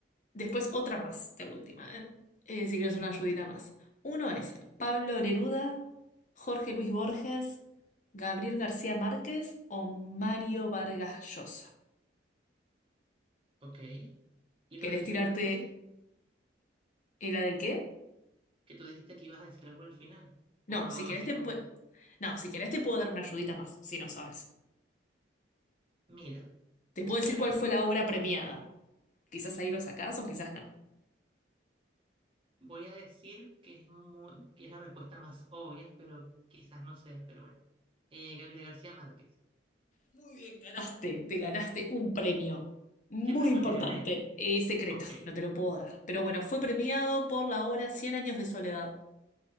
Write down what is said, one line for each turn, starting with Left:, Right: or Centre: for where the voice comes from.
Left: después otra más, de última, ¿eh? Eh, si quieres una ayudita más. Uno es
Right: Ok.
Left: Pablo Neruda, Jorge Luis Borges, Gabriel García Márquez o Mario Vargas Llosa.
Right: Ok. ¿Y lo
Left: ¿Querés
Right: del
Left: tirarte
Right: final qué?
Left: la del qué?
Right: Que tú dijiste que ibas a decir algo al final.
Left: No,
Right: O lo
Left: si
Right: hago
Left: querés
Right: así
Left: te
Right: con
Left: pue-
Right: esta.
Left: No, si querés te puedo dar una ayudita más, si no sabes.
Right: Mira,
Left: Te puedo decir
Right: hay una
Left: cuál
Right: que
Left: fue
Right: es mu-
Left: la obra premiada. Quizás ahí lo sacás o quizás no.
Right: voy a decir que es, mu- que es la respuesta más obvia, pero quizás no sea, pero bueno. Eh, Gabriel García Márquez.
Left: Muy bien, ganaste, te ganaste un premio muy
Right: ¿Qué premio
Left: importante,
Right: me gané?
Left: eh, secreto,
Right: Ok,
Left: no te lo puedo dar. Pero bueno, fue premiado por la obra Cien años de soledad.